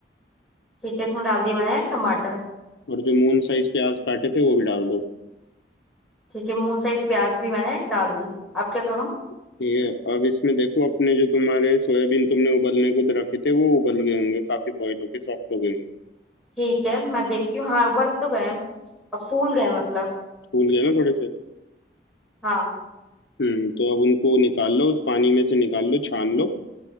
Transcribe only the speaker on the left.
और जो मून साइज प्याज काटे थे वो भी डाल दो
ठीक है अब इसमें देखो अपने जो तुम्हारे सोयाबीन तुमने उबलने को रखे थे वो उबल गए होंगे काफी बॉईल होके सॉफ्ट हो गए होंगे
फूल गए ना थोड़े से
हम्म तो अब उनको निकाल लो उस पानी में से निकाल लो छान लो